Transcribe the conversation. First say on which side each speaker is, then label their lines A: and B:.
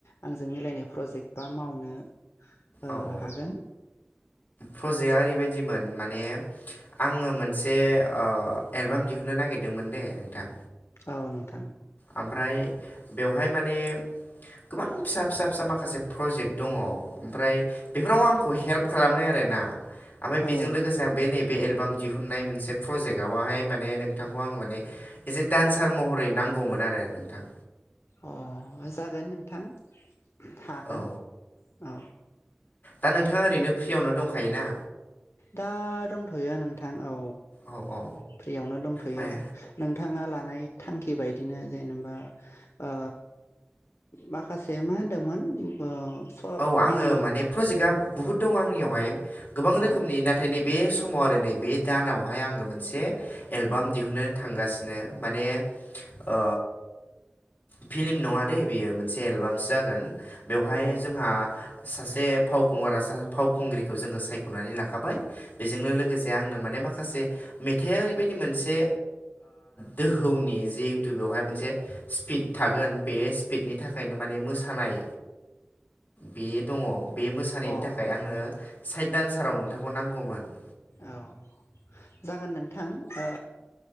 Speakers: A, on the left; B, on the left.
A: आंजों मिलायनाय प्रजेक्ट बा मावनो ओ
B: औ औ
A: हागोन
B: प्रजेकआ ओरैबायदिमोन माने आङो मोनसे ओ एलबाम दिहुनो नागिरदोंमोन दे नोंथां
A: औ नोंथां
B: ओमफ्राय बेवहाय माने गोबां फिसा फिसा फिसा माखासे प्रजेक्ट दङ ओमफ्राय बेफोराव आंखौ हेल्प खालामनाय आरो ना ओमफ्राय बेजों
A: औ
B: लोगोसे आं बे नैबे एलबाम दिहुननाय मोनसे प्रजेक्टआवहाय माने नोंथांखौ आङो माने एसे डान्सार महरै नांगौ गौमोन आरो नोंथां
A: अ जागोन नोंथां थागोन
B: औ
A: औ
B: दा नोंथाङा ओरैनो फ्रियावनो दंखायोना?
A: दा दंथयो नोंथां औ
B: औ औ
A: फ्रियावनो दंथयो
B: माने
A: नोंथां नोंथाङा लानाय थांखि बायदिनो जेनेबा ओ माखासे मा होनदोंमोन ओ स
B: औ आङो
A: भिडिअ'
B: माने प्रजेक्टआ बुहुद दं आंनियावहाय गोबां रोखोमनि
A: औ
B: नाथाय नैबे बे समाव आरो नै बे दानावहाय आङो मोनसे एलबाम दिहुनो थांगासिनो माने ओ फिलिम नङा दे बियो मोनसे एलबामसो जागोन बेवहाय
A: औ
B: जोंहा सासे फावखुंगर फावखुंग्रिखौ जोङो सायख'नानै लाखाबाय बेजों लोगोसे माखासे मेथाया ओरै बायदि मोनसे दोहौनि जिहेथु बेहाय मोनसे स्पिड थागोन बे स्पिडनि थाखायनो माने मोसानाय बे दङ बे मोसानायनि
A: अ
B: थाखाय आंनो
A: अ
B: साइड दान्साराव नोंथांखौ नांगौमोन
A: औ जागोन नोंथां ओ